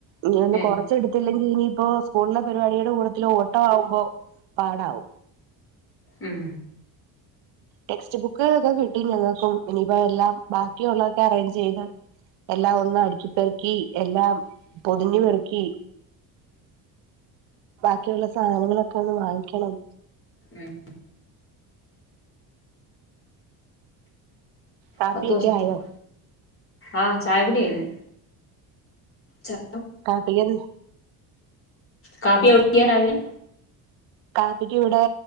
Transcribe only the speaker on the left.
ഉം
ഉം
ഉം
പത്തു
ദിവ ആഹ് ചായ കുടി കഴിഞ്ഞു ചായ
കാപ്പി കുടിക്കാറ് ആയോ